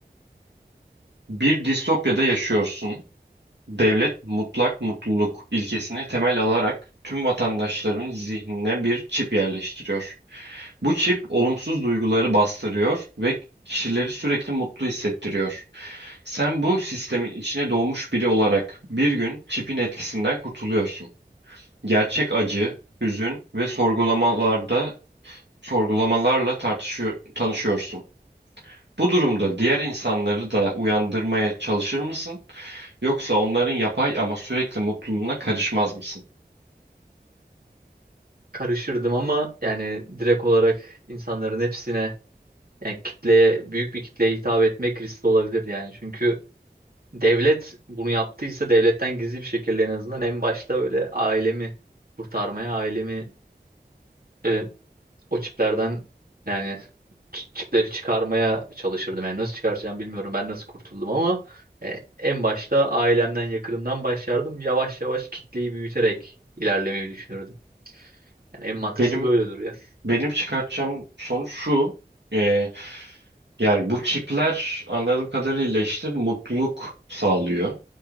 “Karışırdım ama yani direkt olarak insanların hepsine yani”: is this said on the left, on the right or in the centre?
Right